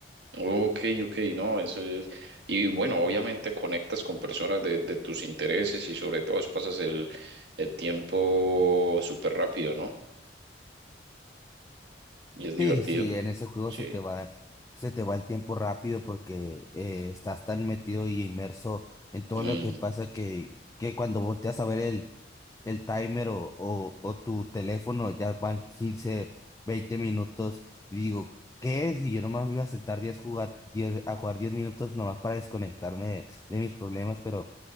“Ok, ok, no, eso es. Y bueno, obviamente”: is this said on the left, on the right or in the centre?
Right